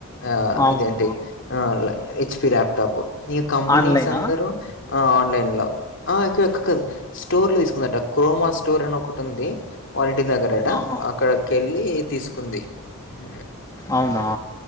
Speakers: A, on the left; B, on the left.
A: ఆ
B: అవునా
A: ఇదేంటి ఆ హెచ్‌పి ల్యాప్టాప్ నీ కంపెనీస్
B: ఆన్లైనా
A: అందరూ ఆ ఆన్లైన్‌లో ఆ ఇక్కడ క కాదు స్టోర్‌లో తీసుకుందట క్రోమా స్టోర్ అని ఒకటి ఉంది దగ్గరట
B: ఆహా
A: అక్కడకెళ్ళి తీసుకుంది ఉమ్
B: అవునా